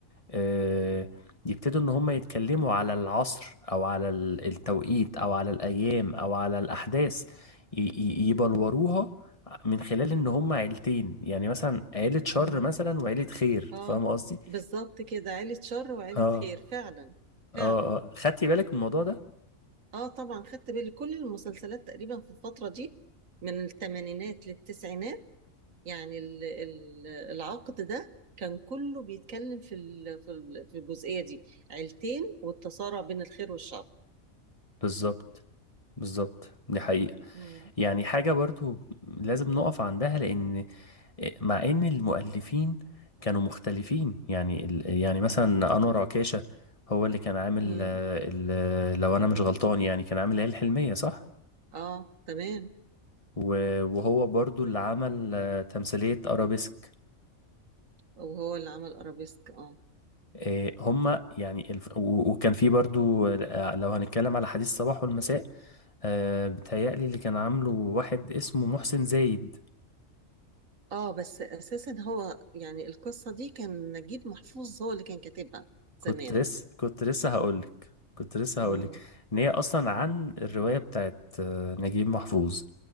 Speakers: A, on the left; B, on the right.
A: آه، يبتدوا ان هم يتكلموا على العصر او على ال- التوقيت او على الايام او على الاحداث ي- ي- يبلوروها من خلال ان هم عيلتين يعني مثلا عيلة شر
B: مم.
A: مثلا وعيلة خير
B: آه
A: فاهم قصدي؟
B: بالظبط كده عيلة شر وعيلة
A: اه
B: خير فعلا فعلا
A: اه اه خدتي بالك من الموضوع ده؟
B: اه طبعا خدت بالي كل المسلسلات تقريبا في الفترة دي من الثمانينات للتسعينات يعني ال- ال- العقد ده كان كله بيتكلم في ال- في ال- في الجزئية دي عيلتين والتصارع بين الخير والشر
A: بالظبط بالظبط دي
B: مم.
A: حقيقة
B: مم.
A: يعني حاجة برضو لازم نقف عندها لأن مع ان المؤلفين كانوا مختلفين يعني ال- يعني مثلا انور عكاشة هو اللي كان عامل
B: مم.
A: آه، ال- لو انا مش غلطان يعني كان عامل العيال الحلمية صح
B: اه تمام
A: و- وهو برضو اللي عمل آه، تمثيلية ارابيسك
B: وهو اللي عمل ارابيسك اه
A: آه، هما يعني الف... و- وكان في برضو آه، لو هنتكلم على حديث الصباح والمساء آه، بتهيألي اللي كان عامله واحد اسمه محسن زايد
B: اه بس اساسا هو يعني القصة دي كان نجيب محفوظ هو اللي كان كاتبها زمان
A: كنت لسه كنت لسه هقولك كنت لسه
B: مم.
A: هقولك ان هي اصلا عن الرواية بتاعت آه، نجيب محفوظ